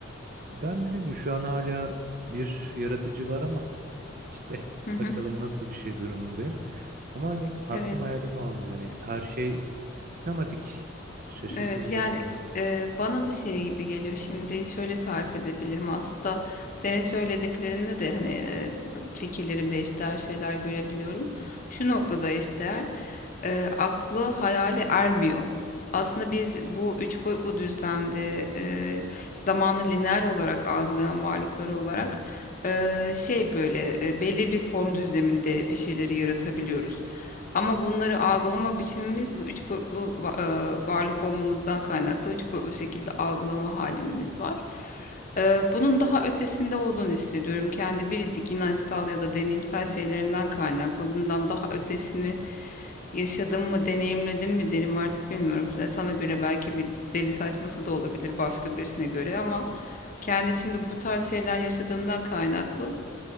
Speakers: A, on the right; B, on the left.
A: Ben dedim ki şu an hala bir yaratıcı var ama işte
B: Hı hı.
A: bakalım nasıl bir şey durumundayım. Ama hani aklım
B: Evet.
A: hayalim almıyor. Hani her şey sistematik. Şaşırtıcı
B: Evet yani
A: bilmiyorum.
B: e, bana da şey gibi geliyor şimdi şöyle tarif edebilirim aslında senin söylediklerinde de hani e, fikirlerimde eşdeğer şeyler görebiliyorum. Şu noktada eşdeğer e, aklı hayale ermiyor. Aslında biz bu üç boyutlu düzlemde e, zamanı lineer olarak algılayan varlıkları olarak
A: Evet.
B: e, şey böyle e, belli bir form düzleminde bir şeyleri yaratabiliyoruz. Ama bunları algılama biçimimiz bu üç boyutlu va- e, varlık olmamızdan kaynaklı üç boyutlu şekilde algılama halimiz var. E, bunun daha ötesinde olduğunu hissediyorum. Kendi biricik inançsal ya da deneyimsel şeylerimden kaynaklı. Bundan daha ötesini yaşadım mı, deneyimledim mi derim artık bilmiyorum. E, Sana göre belki bir deli saçması da olabilir başka birisine göre ama kendi içimde bu tarz şeyler yaşadığımdan kaynaklı